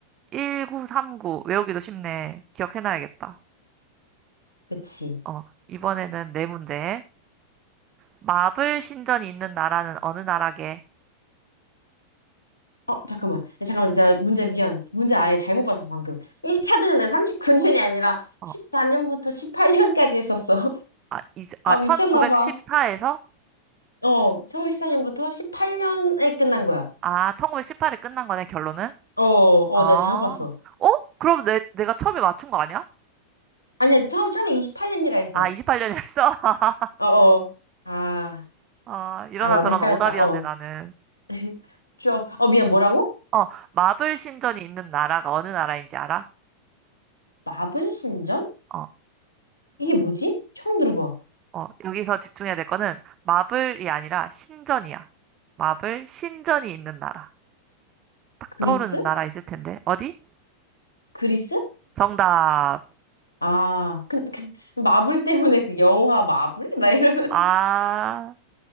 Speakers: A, on the right; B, on the left.
A: 1939. 외우기도 쉽네. 기억해놔야겠다.
B: 그치.
A: 어, 이번에는 네 문제. 마블 신전이 있는 나라는 어느 나라게?
B: 어, 잠깐만. 야, 잠깐만. 내가 문제, 미안. 문제 아예 잘못 봤어, 방금. 1차 대전에 39년이 아니라
A: 어,
B: 14년부터 18년까지 있었어. <laughs>
A: 아, 이, 아,
B: 아,
A: 1914에서?
B: 미쳤나 봐. 어, 1 9십4년부터 18년에 끝난 거야.
A: 아, 1918에 끝난 거네, 결론은?
B: 어, 어,
A: 어, 어?
B: 내가 잘못 봤어.
A: 그럼 내, 내가 처음에 맞춘 거 아니야?
B: 아니야, 처음, 처음에 28년이라 했어.
A: 아, 28년이라 했어? <laughs>
B: 어, 어. 아,
A: 아, 이러나
B: 아, 나도
A: 저러나
B: 헷갈렸다.
A: <laughs> 오답이었네,
B: 어.
A: 나는.
B: <laughs> 쭉. 어, 미안, 뭐라고?
A: 어, 마블 신전이 있는 나라가 어느 나라인지 알아?
B: 마블 신전?
A: 어,
B: 이게 뭐지? 처음 들어봐.
A: 어, 여기서 집중해야 될 거는 마블이 아니라 신전이야. 마블 신전이 있는 나라. 딱
B: 그리스?
A: 떠오르는 나라 있을 텐데. 어디?
B: 그리스?
A: 정답.
B: 아, 그, 그, 마블 때문에 그 영화 마블? <laughs> 막 이러면서.
A: 아,